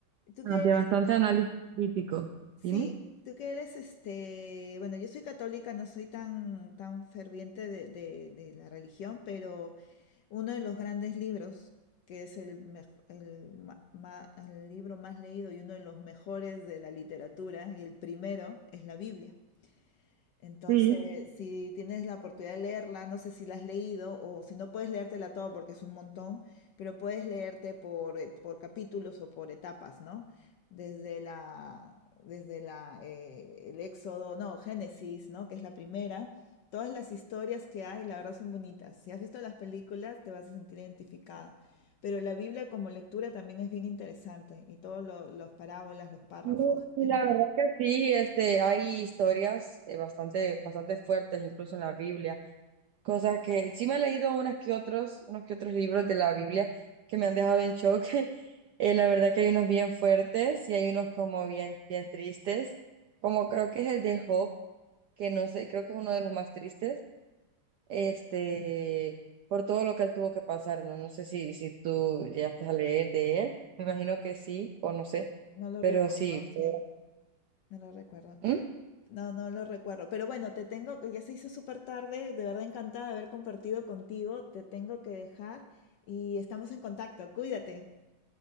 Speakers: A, on the left; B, on the right.
A: Tú
B: Ah,
A: que
B: De
A: eres,
B: bastante análisis crítico.
A: sí,
B: Dime.
A: tú que eres, este, bueno, yo soy católica, no soy tan, tan ferviente de, de- de la religión, pero uno de los grandes libros, que es el, mej- el, ma- ma- el libro más leído y uno de los mejores de la literatura, y el primero, es la Biblia. Entonces,
B: Sí,
A: si tienes la oportunidad de leerla, no sé si la has leído o si no puedes leértela toda porque es un montón, pero puedes leerte por, eh, por capítulos o por etapas, ¿no? Desde la, desde la, eh, el Éxodo, no, Génesis, ¿no? Que es la primera. Todas las historias que hay, la verdad, son bonitas. Si has visto las películas, te vas a sentir identificada. Pero la Biblia como lectura también es bien interesante y todos los parábolas, los párrafos,
B: sí, sí,
A: es
B: la
A: muy
B: verdad
A: bueno.
B: que sí, este, hay historias eh, bastante, bastante fuertes, incluso en la Biblia. Cosas que sí me he leído unas que otros, unos que otros libros de la Biblia que me han dejado en shock. <laughs> Eh, la verdad que hay unos bien fuertes y hay unos como bien, bien tristes, como creo que es el de Job, que no sé, creo que es uno de los más tristes, este, por todo lo que él tuvo que pasar, ¿no? No sé si, si tú llegaste a leer de él, me imagino que sí, o no sé,
A: No lo
B: pero
A: recuerdo,
B: sí, fue.
A: sí, no lo recuerdo.
B: ¿Mm?
A: No, no lo recuerdo. Pero bueno, te tengo, ya se hizo súper tarde, de verdad encantada de haber compartido contigo. Te tengo que dejar y estamos en contacto. Cuídate.